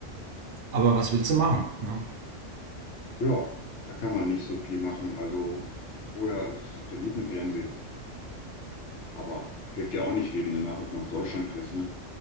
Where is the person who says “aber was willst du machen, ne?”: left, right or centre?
Right